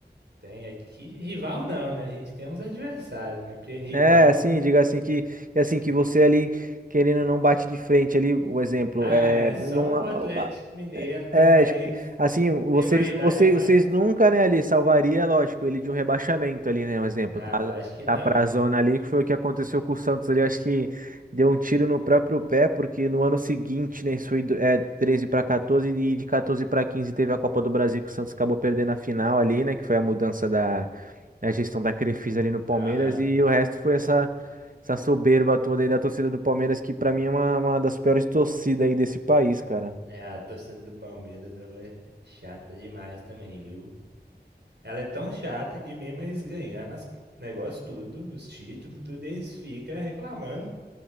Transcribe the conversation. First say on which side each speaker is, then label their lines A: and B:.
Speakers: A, on the right; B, on the right.
A: tem aqui rival não, né? A gente tem uns adversários, né? Porque rival,
B: É, assim, diga assim que é assim que você ali querendo ou não bate de frente ali, o exemplo
A: ah,
B: é
A: é
B: não
A: só o Atlético
B: a- a-
A: Mineiro, né?
B: é
A: Mas
B: é, tipo, que- assim, vocês
A: rivalidade
B: vocês
A: é mais?
B: vocês nunca, né, ali salvaria, lógico, ele de um rebaixamento ali, né, um exemplo,
A: Não,
B: tá
A: lógico que
B: tá
A: não.
B: pra zona ali, que foi o que aconteceu com o Santos ali, acho que deu um tiro no próprio pé, porque no ano seguinte, né, isso foi do- é 13 para 14 e de 14 para 15 teve a Copa do Brasil que o Santos acabou perdendo a final ali, né, que foi a mudança né, a gestão da Crefisa ali no Palmeiras
A: Aham.
B: e o resto foi essa, essa soberba toda aí da torcida do Palmeiras, que pra mim é uma, uma das piores torcidas aí desse país, cara.
A: É, a torcida do Palmeiras, ela é chata demais também, viu? Ela é tão chata que mesmo eles ganhando as negócios tudo, os títulos, tudo, eles ficam reclamando.